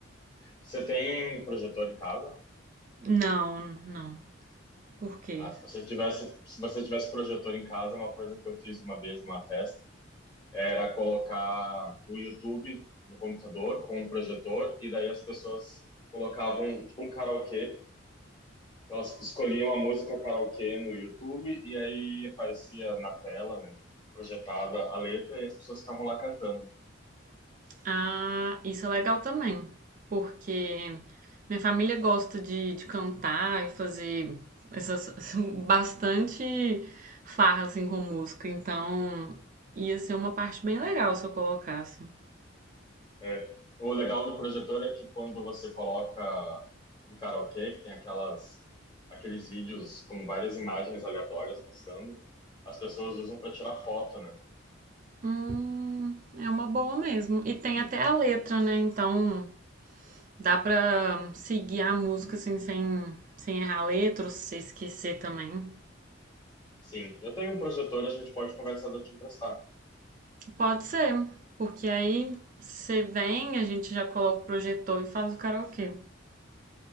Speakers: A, on the left; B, on the right.
A: Você tem projetor em casa?
B: Não, não. Por quê?
A: Ah, se você tivesse, se você tivesse projetor em casa, uma coisa que eu fiz uma vez numa festa era colocar o YouTube no computador com um projetor e daí as pessoas colocavam tipo um karaokê. Elas escolhiam a música karaokê no YouTube e aí aparecia na tela, né, projetada a letra e as pessoas ficavam lá cantando.
B: Ah, isso é legal também, porque minha família gosta de, de cantar e fazer essas <laughs> bastante farra assim com música, então ia ser uma parte bem legal se eu colocasse.
A: É, o legal do projetor é que quando você coloca um karaokê, que tem aquelas, aqueles vídeos com várias imagens aleatórias passando, as pessoas usam para tirar foto, né?
B: Hum, é uma boa mesmo. E tem até a letra, né? Então dá pra seguir a música assim sem, sem errar a letra, ou se você esquecer também.
A: Sim, eu tenho um projetor, a gente pode conversar de eu te emprestar.
B: Pode ser, porque aí você vem, a gente já coloca o projetor e faz o karaokê.